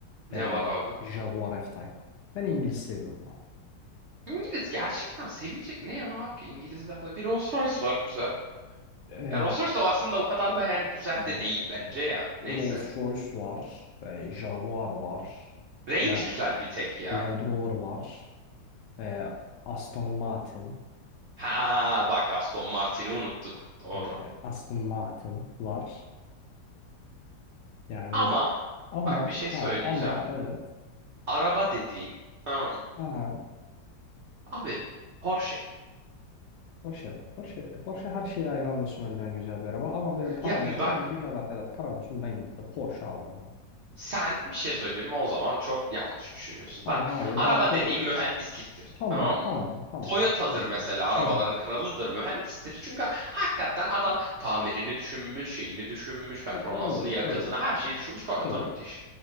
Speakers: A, on the right; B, on the left.
A: Ne
B: Ee,
A: var abi?
B: Jaguar F-Type. Ben İngiliz seviyorum abi.
A: İngiliz gerçekten sevilecek ne yanı var ki? İngilizlerde bir Rolls Royce var güzel.
B: Ee,
A: Ya Rolls Royce de aslında o kadar da yani güzel
B: yani,
A: de değil bence
B: o-
A: ya.
B: Rolls-Royce
A: Neyse.
B: var. Ee, Jaguar var.
A: Range
B: La-
A: güzel bir tek ya.
B: Land Rover var. Ee, Aston Martin.
A: Ha bak Aston Martin'i unuttuk. Doğru.
B: Hani Aston Martin var. Yani
A: Ama
B: ama
A: bak bir şey söyleyeceğim.
B: ha, ama evet.
A: Araba dediğin tamam mı?
B: Aha.
A: Abi Porsche.
B: Porsche var. Porsche, Porsche her şeyi aynı anda sunabilen güzel bir araba. Ama benim param,
A: Ya bak
B: benim dünyalar kadar param olsun ben gidip de Porsche almam abi.
A: sen bir şey söyleyeyim mi o zaman çok yanlış düşünüyorsun.
B: Abi
A: Bak
B: hayır
A: araba
B: ben Por
A: dediğin mühendisliktir
B: Tamam
A: tamam mı?
B: tamam tamam.
A: Toyota'dır
B: Bilmiyorum.
A: mesela arabaların
B: Hı hı.
A: kralıdır mühendistir. Çünkü hakikaten adam tamirini düşünmüş, şeyini düşünmüş, performansını,
B: Ya, Evet
A: yakıtını
B: evet
A: her şeyi düşünmüş. Toyota
B: evet.
A: müthiş.